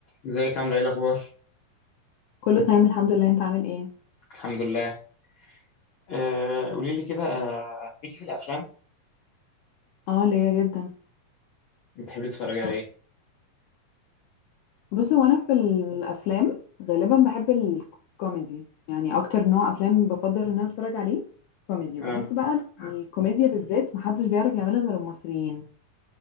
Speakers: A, on the left; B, on the left.
A: ازيك عامله ايه الاخبار
B: كله تمام الحمد لله انت عامل ايه
A: الحمد لله آه قولي لي كده آه، ليكي في الافلام
B: اه ليا جدا
A: بتحبي تتفرجي
B: مش فاهمه
A: على ايه
B: بص هو انا في الافلام غالبا بحب الكوميدي يعني اكتر نوع افلام بفضل ان انا اتفرج عليه كوميدي وبحس
A: اه
B: بقى ال- الكوميديا بالذات محدش بيعرف يعملها غير المصريين